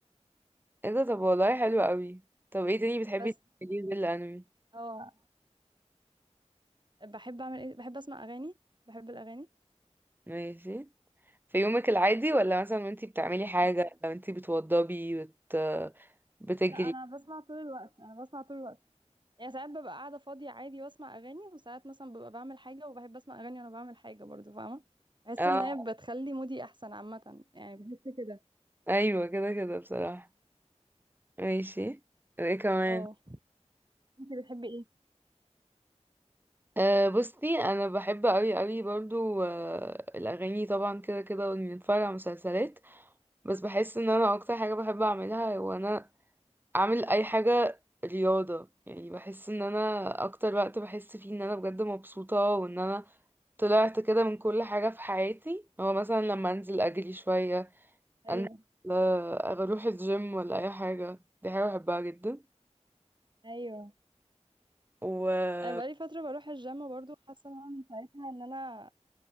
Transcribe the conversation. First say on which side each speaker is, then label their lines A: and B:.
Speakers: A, on the right; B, on the right.
A: ايه ده طب والله حلو قوي طب ايه تاني بتحبي
B: بس
A: تعمليه غير الانمي
B: اه بحب اعمل ايه بحب اسمع اغاني بحب الاغاني
A: ماشي في يومك العادي ولا مثلا وانتي بتعملي حاجة
B: أوكي.
A: لو انتي بتوضبي بت... بتجري
B: لا انا بسمع طول الوقت انا بسمع طول الوقت يعني ساعات ببقى قاعده فاضيه عادي واسمع اغاني وساعات مثلا ببقى بعمل حاجه وبحب اسمع اغاني وانا بعمل حاجه برضو فاهمه بحس
A: اه
B: ان هي بتخلي مودي احسن عامه يعني بحس كده
A: ايوه كده كده بصراحة ماشي ايه كمان
B: اه انت بتحبي ايه
A: أه بصي انا بحب قوي قوي برضو أه الاغاني طبعا كده كده واني اتفرج على مسلسلات بس بحس ان انا اكتر حاجة بحب اعملها وانا اعمل اي حاجة رياضة يعني بحس ان انا اكتر وقت بحس فيه ان انا بجد مبسوطة وان انا طلعت كده من كل حاجة في حياتي هو مثلا لما انزل اجري شوية
B: ايوه
A: انزل آه، اروح الجيم ولا اي حاجة دي حاجة بحبها جدا
B: ايوه
A: وايوه
B: انا بقالي فتره بروح الجيم برضو حاسه ان انا من ساعتها ان انا